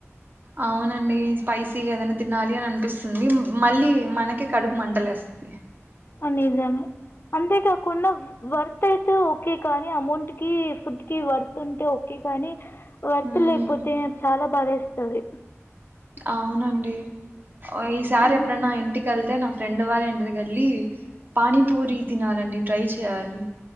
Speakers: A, on the right; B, on the left.
A: అవునండి స్పైసీగా ఏదైనా తినాలి అని అనిపిస్తుంది మళ్ళీ మనకే కడుపు మంట లేస్తుంది
B: అని దాని అందేకా కొనావ్ వార్తే తు ఓకే కానీ అమౌంట్ కి ఫుడ్ కి వర్త్ ఉంటే ఓకే కానీ వర్త
A: ఉమ్
B: లేకపోతే చాలా బాదేస్ తది
A: అవునండి ఈసారి
B: హ్మ్.
A: ఎప్పుడనా ఇంటికి వెళ్తే నా ఫ్రెండ్ వాళ్ళ ఇంటికి వెళ్ళి పానీపూరి తినాలండి ట్రై చేయాలి